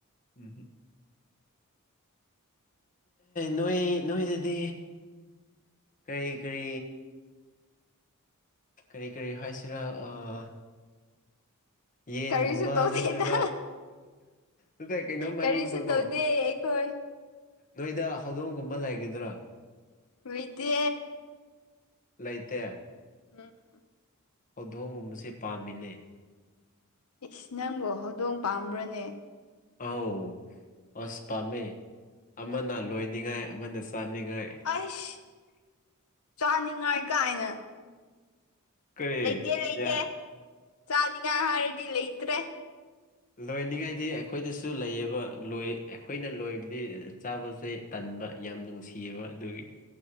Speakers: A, on the left; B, on the left.
A: ꯎꯝꯍꯨ ꯅꯣꯏ ꯅꯣꯏꯗꯨꯗꯤ ꯀꯔꯤ ꯀꯔꯤ ꯀꯔꯤ ꯀꯔꯤ ꯍꯥꯏꯁꯤꯔꯥ ꯑꯥ ꯌꯦꯟꯒꯨꯝꯕ
B: ꯀꯔꯤꯁꯨ ꯇꯧꯗꯦꯗ
A: ꯅꯠꯇ꯭ꯔꯒ ꯅꯠꯇꯦ ꯀꯩꯅꯣꯝ ꯍꯥꯏꯅꯤꯡꯕꯀꯣ
B: ꯀꯔꯤꯁꯨ ꯇꯧꯗꯦ ꯑꯩꯈꯣꯏ
A: ꯅꯣꯏꯗ ꯍꯧꯗꯣꯡꯒꯨꯝꯕ ꯂꯩꯒꯗ꯭ꯔꯥ
B: ꯂꯩꯇꯦ
A: ꯂꯩꯇꯦ
B: ꯎꯝ
A: ꯍꯧꯗꯣꯡꯒꯨꯝꯕꯁꯦ ꯄꯥꯝꯃꯤꯅꯦ
B: ꯏꯁ ꯅꯪꯕꯨ ꯍꯧꯗꯣꯡ ꯄꯥꯝꯕ꯭ꯔꯅꯦ
A: ꯑꯥꯎ ꯑꯁ ꯄꯥꯝꯃꯦ ꯑꯃꯅ ꯂꯣꯏꯅꯤꯡꯉꯥꯏ ꯑꯃꯅ ꯆꯥꯅꯤꯡꯉꯥꯏ
B: ꯑꯩꯁ ꯆꯥꯅꯤꯡꯉꯥꯏ ꯀꯥꯏꯅ
A: ꯀꯔꯤ
B: ꯂꯩꯇꯦ ꯂꯩꯇꯦ
A: ꯌꯥ
B: ꯆꯥꯅꯤꯉꯥꯏ ꯍꯥꯏꯔꯗꯤ ꯂꯩꯇ꯭ꯔꯦ
A: ꯂꯣꯏꯅꯤꯡꯉꯥꯏꯗꯤ ꯑꯩꯈꯣꯏꯗꯁꯨ ꯂꯩꯌꯦꯕ ꯂꯣꯏ ꯑꯩꯈꯣꯏꯅ ꯂꯣꯏꯕꯗꯤ ꯆꯥꯕꯁꯦ ꯇꯟꯕ ꯌꯥꯝ ꯅꯨꯡꯁꯤꯌꯦꯕ ꯑꯗꯨꯒꯤ